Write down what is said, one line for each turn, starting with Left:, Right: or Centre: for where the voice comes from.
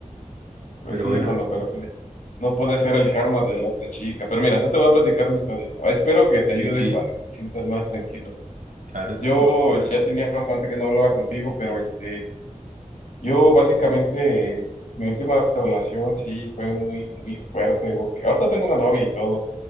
Left: pues
Right: Pero
Left: sí,
Right: bueno,
Left: hermano, pero pues, no puede ser el karma de la otra chica, pero mira, yo te voy a platicar mi historia, Ah, espero que te ayude
Right: sí, sí,
Left: para que te sientas más tranquilo.
Right: claro, te
Left: Yo
Right: escucho.
Left: ya tenía bastante que no hablaba contigo, pero este... Yo básicamente, eh, mi última relación sí fue muy, muy fuerte, porque ahorita tengo una novia y todo,